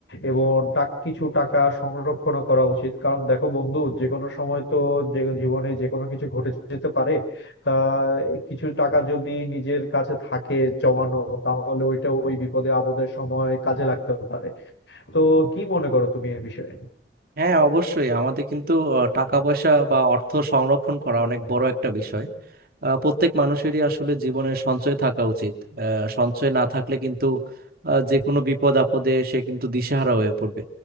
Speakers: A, on the left; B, on the right.
A: এবং টাক কিছু টাকা সংরক্ষণ করা উচিত কারণ দেখো বন্ধু যে কোনো সময় তো যে জীবনে যে কোনো কিছু ঘটে যেতে পারে তা কিছু টাকা যদি নিজের কাছে থাকে জমানো তাহলে ওইটা ওই বিপদে আপদের সময় কাজে লাগতে পারে তো কি মনে করো তুমি এ বিষয়ে
B: হ্যাঁ অবশ্যই আমাদের কিন্তু আহ, টাকা পয়সা বা অর্থ সংরক্ষণ করা অনেক বড় একটা বিষয় আহ, প্রত্যেক মানুষেরই আসলে জীবনে সঞ্চয় থাকা উচিত আহ, সঞ্চয় না থাকলে কিন্তু আহ, যে কোনো বিপদ আপদে সে কিন্তু দিশেহারা হয়ে পড়বে